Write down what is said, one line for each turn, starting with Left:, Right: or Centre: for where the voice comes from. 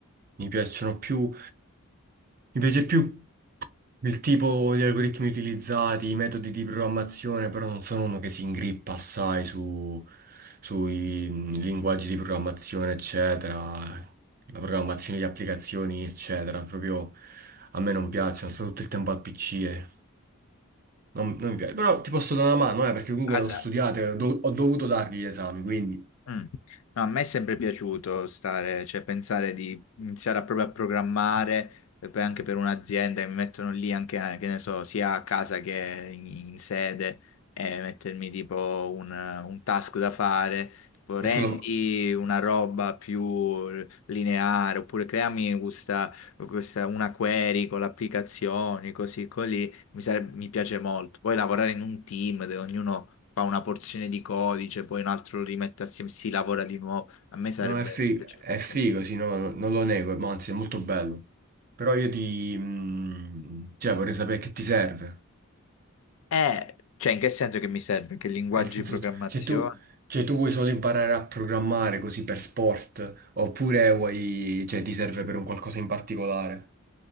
Right: mi piacciono più... Mi piace più Il tipo di algoritmi utilizzati, i metodi di programmazione, però non sono uno che si ingrippa assai su, sui mh, linguaggi di programmazione, eccetera, la programmazione di applicazioni, eccetera. Proprio a me non piacciono, sto tutto il tempo al PC e non, non mi piace. Però ti posso dare una mano, eh, perché comunque
Left: Guarda,
Right: ho studiato, e ho, do- ho dovuto dargli gli esami, quindi...
Left: Mm. No, a me è sempre piaciuto stare, cioè pensare di iniziare a proprio a programmare e poi anche per un'azienda che mi mettono lì anche, eh, che ne so, sia a casa che in, in sede e mettermi tipo un, un task da fare, tipo rendi
Right: Ma scusa, ma
Left: una roba più lineare oppure creami questa, questa- una query con le applicazioni, così così mi, sareb- mi piace molto. Poi lavorare in un team dove ognuno fa una porzione di codice, poi un altro lo rimette assieme, si lavora di nuovo. A me sarebbe,
Right: No, è, fi-
Left: mi piacerebbe
Right: è
Left: un
Right: figo,
Left: casino.
Right: sì, no, no- non lo nego, ma anzi è molto bello. Però io ti... mm, cioè, vorrei sapere che ti serve.
Left: Eh, cioè, in che senso che mi serve? Che linguaggi
Right: Nel senso,
Left: di programmazione?
Right: se tu, cioè, tu vuoi solo imparare a programmare così per sport, oppure vuoi... cioè, ti serve per un qualcosa in particolare.